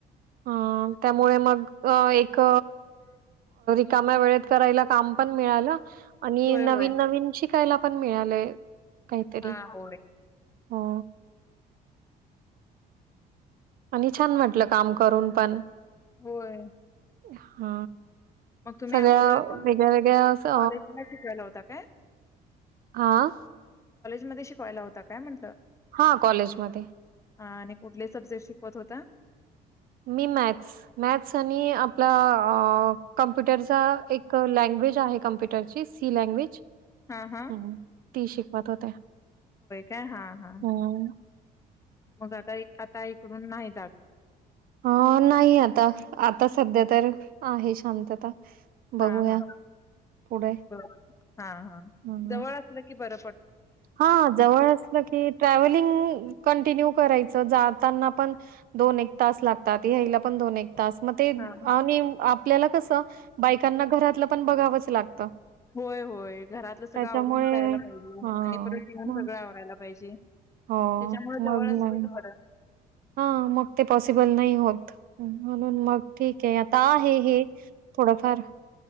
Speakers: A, on the right; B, on the left.
A: ह त्यामुळे मग एक रिकाम्या वेळेत कराय काम पण मिळाल आणि
B: होय,
A: नवीन
B: होय.
A: नवीन शिक त्याला पण मिळालंय. काहीतरी
B: हा होय.
A: हो. आणि छान म्हटलं काम करून पण.
B: होय.
A: हा.
B: मग तुम्ही
A: सगळ्या
B: अगोदर
A: वेगळ्या वेगळ्या
B: कुठे
A: असं
B: कॉलेजला शिकवायला होता काय?
A: आा.
B: मध्ये शिकवायला होता काय म्हटलं?
A: हा कॉलेजमध्ये.
B: हा आणि कुठले सब्जेक्ट शिकवत होता.
A: मी मॅथ्स मॅथ्स आणि आपला कमप्युटरचा एक लँग्वेज आहे कम्प्युटरची ती लँग्वेज
B: हां, हां.
A: ह ती शिकवत होते.
B: का हा हा.
A: हम्म
B: मग आता आता इकडून नाही जात.
A: हा नाही आता आता सध्या तर आहे शांत. बघूया.
B: हां, हां.
A: पुढे
B: बर हा हा
A: हम्म
B: जवळ असलं की बर
A: हा जवळ असलं की ट्रॅव्हलिंग कंटिन्यू करायचं. जाताना पण दोन एक तास लागतात ह्याला पण दोन एक तास. तास म ते
B: हा हा
A: आणि आपल्याला कस बायकांना घरातलं पण बघावंच लागतं
B: होय होय घरातलं सगळं
A: त्याच्यामुळे
B: आवरून जायला पाहिजे
A: हा
B: आणि परत येऊन
A: मग
B: सगळं आवरायला पाहिजे त्याच्यामुळे
A: हो मग
B: जवळ असलेलं
A: नाही
B: बर.
A: हा मग ते पॉसिबल नाही होत म्हणून मग ठीक आता आहे हे थोडाफार.